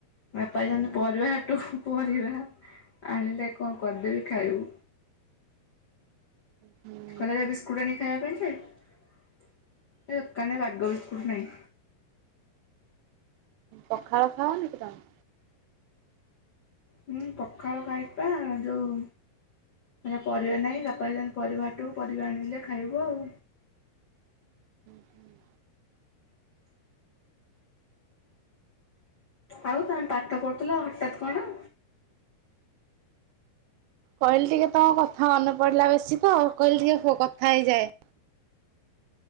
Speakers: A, on the left; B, on the right.
A: ବାପା ଯାଇଛନ୍ତି ପରିବାର ହାଟକୁ ପରିବା ଆଣିଲେ କଣ କରିଦେବି ଖାଇବୁ।
B: ହୁଁ ହୁଁ।
A: କହିଲା ଯା ବିସ୍କୁଟ୍ ଆଣିକି ଖାଇବା ପାଇଁ ଯେ ତା ଦୋକାନରେ ବାଗ ବିସ୍କୁଟ୍ ନାହିଁ।
B: ପଖାଳ ଖାଅନି କି ତମେ?
A: ହୁଁ ପଖାଳ ଖାଇବି ପା ଯୋଉ ପରିବା ନାହିଁ ବାପା ଯାଇଛନ୍ତି ପରିବାହାଟକୁ ପରିବା ଆଣିଲେ ଖାଇବୁ ଆଉ।
B: ହୁଁ।
A: ଆଉ ତମେ ପାଠ ପଢ଼ୁଥିଲ ହଠାତ୍ କଣ?
B: କହିଲି ଟିକେ ତମ କଥା ମନେ ପଡିଲା ବେଶୀ ତ କହିଲି ଟିକେ କଥା ହେଇଯାଏ।